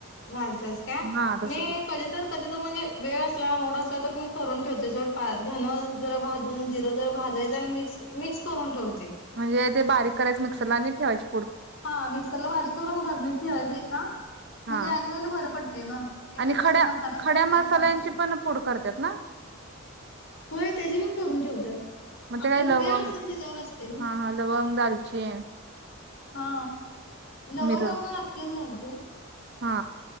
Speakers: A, on the left (about 65°); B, on the right (about 50°).
A: घालतंस काय
B: हा तसं
A: मी कधी तर कधी तर म्हणजे वेळ अस ला मूड असला तर मी करून ठेवते सोड पा धनं जरा भाजून जिरं जरा भाजायचं आणि मिक्स मिक्स करून ठेवते
B: म्हणजे ते बारीक करायचं मिक्सरला आणि ठेवायचे
A: हा मिक्सरला बारीक करून भरणीत ठेवायच का म्हणजे
B: हा
A: आईन वेळेला बरं पडतय ग एखाद्या
B: आणि खड्या
A: वेळेस मसाला
B: खड्या
A: संपतोय
B: मसाल्यांची
A: करतोय
B: पण पूड करतात ना
A: होय त्याची पण करून ठेवतात
B: मग
A: आपल्याला
B: ते काय लवंग
A: वेळ असेल त्याच्यावर असते ग
B: हा हा लवंग दालचीन
A: हा लवंग
B: मिर
A: आपण आखीच घालतो ह
B: हा